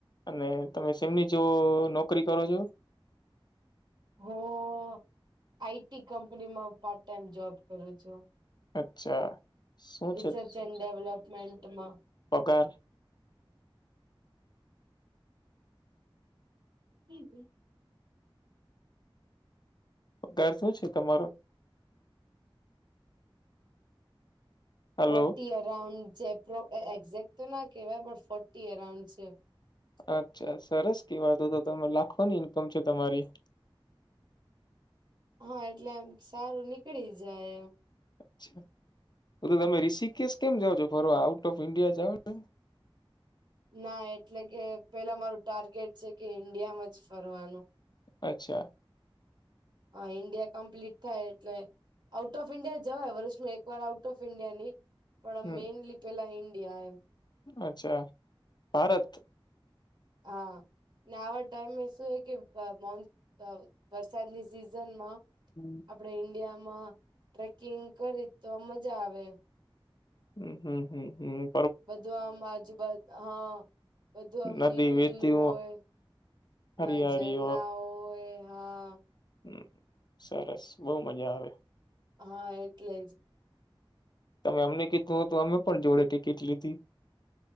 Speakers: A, on the left (about 50°); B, on the right (about 50°).
A: અને તમે સેમની જો નોકરી કરો છો.
B: હું આઈટી કંપનીમાં પાર્ટ ટાઈમ જોબ કરું છું.
A: અચ્છા શું
B: રિસર્ચ એન્ડ ડેવલપમેન્ટમાં.
A: પોકાર
B: હી જી
A: કર શું છે તમારો. હલો
B: ફોર્ટી અરાઉન્ડ જે એઝેક્ટ તો ના કેહેવાય પણ ફોર્ટી અરાઉન્ડ છે.
A: અચ્છા સરસ કેવાતો તો તમે લાખોની ઇન્કમ છે તમારી.
B: હા એટલે એમ સારું નીકળી જાય એમ.
A: અચ્છા તો તો તમે રીષિકેશ કેમ જાવ છો ફરવા આઉટ ઓફ ઈન્ડિયા જાઓ ને.
B: ના એટલે કે પેલા મારું ટાર્ગેટ છે કે ઈન્ડિયામાં જ ફરવાનું.
A: અચ્છા.
B: હા ઇન્ડિયા કમ્પ્લીટ થાય એટલે આઉટ ઓફ ઈન્ડિયા જવાય વર્ષમાં એક વાર આઉટ ઓફ ઈન્ડિયા નહી પણ
A: હમ
B: મેઈનલી પેલા ઈન્ડિયા એમ.
A: અચ્છા ભારત
B: હા ને આવા ટાઈમ શું હે કે અ મોન અ વરસાદની સિઝનમાં.
A: હમ્મ.
B: આપડે ઈન્ડિયામાં ટ્રેકિંગ કરી તો આ મજા આવે એમ
A: હમ્મ હમ્મ હમ્મ હમ્મ.
B: બધું આમ આજુબાજ હા બધું આમ
A: નદી
B: નીલું
A: વેતી
B: નીલું હોય. હા
A: હરિયાળી
B: ઝરના હોય હા.
A: હમ્મ સરસ બહુ મજા આવે.
B: હા એટલે જ.
A: તમે અમને કીધું હો તો અમે પણ જોડે ટિકિટ લીધી